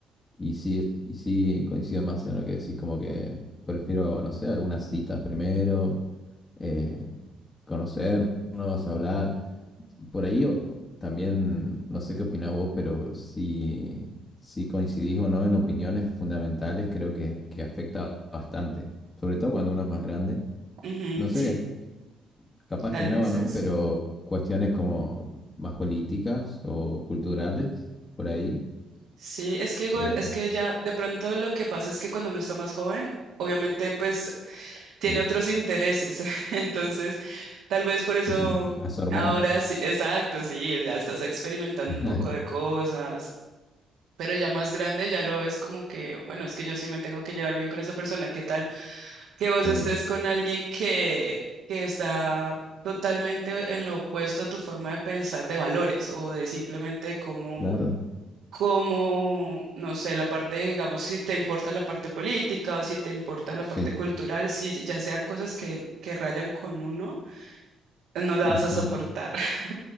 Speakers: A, on the left; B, on the right.
A: y sí, est- y sí coincido más en lo que decís, como que prefiero, no sé, algunas citas primero, eh, conocernos, hablar. Por ahí o- también, no sé qué opinás vos, pero si, si coincidís o no en opiniones fundamentales, creo que, que afecta bastante, sobre todo cuando uno es más grande.
B: ujú,
A: No sé,
B: sí,
A: capaz
B: tal
A: que no,
B: vez
A: ¿no?
B: eso.
A: Pero cuestiones como más políticas o culturales, por ahí.
B: Sí, es que igual,
A: eh,
B: es que ya de pronto lo que pasa es que cuando uno está más joven, obviamente pues tiene
A: sí.
B: otros intereses. <laughs> Entonces, tal vez por eso
A: <laughs> Las hormonas.
B: ahora sí, exacto, sí, ya estás experimentando
A: <laughs>
B: un poco de cosas, pero ya más grande ya lo ves como que, bueno, es que yo sí me tengo que llevar bien con esa persona. ¿Qué tal que vos
A: Claro,
B: estés con alguien que, que está totalmente en lo opuesto a tu forma de pensar de valores o de simplemente cómo
A: claro,
B: como, no sé, la parte, digamos, si te importa la parte política o si te importa la
A: sí.
B: parte cultural, si ya sean cosas que, que rayan con uno, no la vas
A: ujú.
B: a soportar, <laughs>